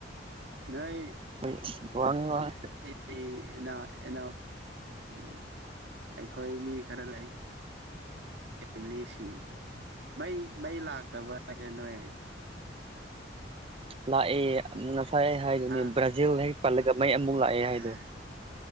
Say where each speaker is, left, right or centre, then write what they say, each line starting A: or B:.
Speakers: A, on the right; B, on the right.
A: ꯅꯣꯏ
B: ꯑꯩꯣꯏ ꯋꯥꯉ ꯋꯥ <inaudible>
A: ꯑꯩꯅꯥ ꯑꯦꯩꯅ <inaudible> ꯎꯝ ꯑꯩꯈꯣꯏ ꯃꯤ ꯈꯔ ꯂꯩ ꯐꯦꯃꯤꯂꯤꯁꯤꯡ ꯃꯩ ꯃꯩ ꯂꯥꯛꯇꯕ꯭ꯔꯥ ꯍꯥꯏꯁꯦ ꯅꯣꯏ
B: ꯂꯥꯛꯑꯦ ꯉꯁꯥꯏ ꯍꯥꯏꯗꯨꯅꯤ
A: ꯍꯥ
B: ꯕ꯭ꯔꯥꯖꯤꯜ ꯅꯦ ꯄꯜꯂꯒ ꯃꯩ ꯑꯃꯨꯛ ꯂꯥꯛꯑꯦ
A: ꯑꯥ
B: ꯍꯥꯏꯗꯣ